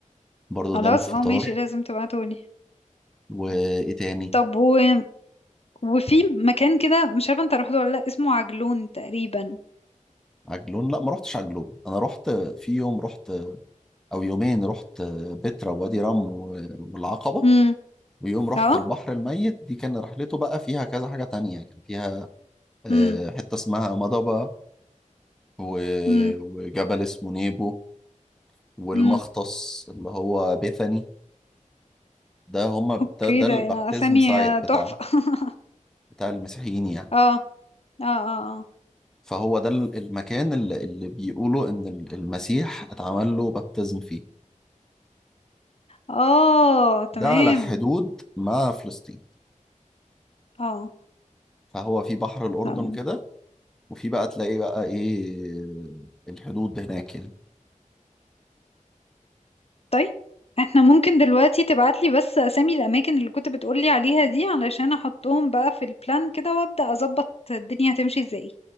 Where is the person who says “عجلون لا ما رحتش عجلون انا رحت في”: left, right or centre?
Centre